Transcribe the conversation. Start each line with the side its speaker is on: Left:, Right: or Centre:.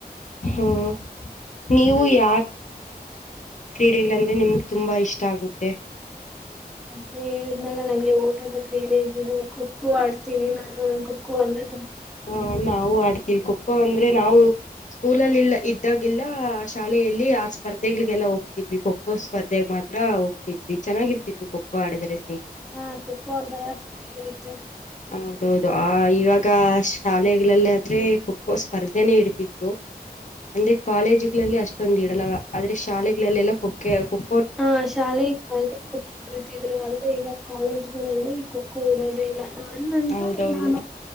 Left: ಹಾ ನೀವು ಯ ಕ್ರೀಡೆಗಳಂದ್ರೆ ನಿಮ್ಗೆ ತುಂಬಾ ಇಷ್ಟ ಆಗುತ್ತೆ
Centre: ಅದೇ ಹೇಳಿದ್ನಲ್ಲ ನಂಗೆ ಓಟದ ಕ್ರೀಡೆಗಿಡು ಖೋ ಖೋ ಆಡ್ತೀನಿ ನಾನು ನ ಖೋಖೋ ಅಂದ್ರ
Left: ಹಾ ನಾವು ಆಡ್ತೀವಿ ಖೋಖೋ ಅಂದ್ರೆ ನಾವು ಸ್ಕೂಲಲ್ಲಿಲ್ಲ ಇದ್ದಾಗಿಲ್ಲ ಆ ಶಾಲೆಯಲ್ಲಿ ಆ ಸ್ಪರ್ಧೆಗಳಿಗೆಲ್ಲ ಹೋಗ್ತಿದ್ವಿ ಖೋಖೋ ಸ್ಪರ್ಧೆಗ್ ಮಾತ್ರ ಹೋಗ್ತಿದ್ವಿ ಚೆನ್ನಾಗಿರ್ತಿತ್ತು ಖೋಖೋ ಆಡಿದರೆ
Centre: ಹಾ ಖಖೋ ಅಥರ ಚೆನ್ನಾಗಿರುತ್ತೆ
Left: ಹೌದೌದು ಆ ಇವಾಗ ಶಾಲೆಲ್ಲ ಆದ್ರೆ ಖ ಖೋ ಸ್ಪರ್ಧೆನೇ ಇಡ್ತಿದ್ರು ಅಂದ್ರೆ ಕಾಲೇಜ್ಗಳಲ್ಲಿ ಅಷ್ಟೊಂದು ಇಡಲ್ಲ ಆದ್ರೆ ಶಾಲೆಗಳಲ್ಲೆಲ್ಲ ಖ ಖ
Centre: ಹಾ ಶಾಲೆಗೆ ಕುರಿತಿದ್ರು ಆದ್ರೆ ಈಗ ಕಾಲೇಜ್ಗಳಲ್ಲಿ ಕೊಡೋದೆಲ್ಲ ನಾನುಂತು
Left: ಹೌದೌದು
Centre: ನಾನ